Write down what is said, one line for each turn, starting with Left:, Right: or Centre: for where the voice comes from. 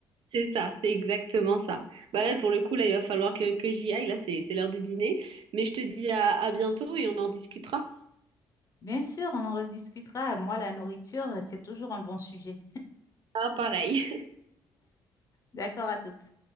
Right: C'est ça, c'est exactement ça. Bah là, pour le coup, là, il va falloir que, que j'y aille. Là, c'est, c'est l'heure du dîner. Mais je te dis à, à bientôt et on en discutera.
Left: Bien sûr, on en rediscutera. Moi, la nourriture, euh, c'est toujours un bon sujet.
Right: Ah, pareil.
Left: D'accord à toutes.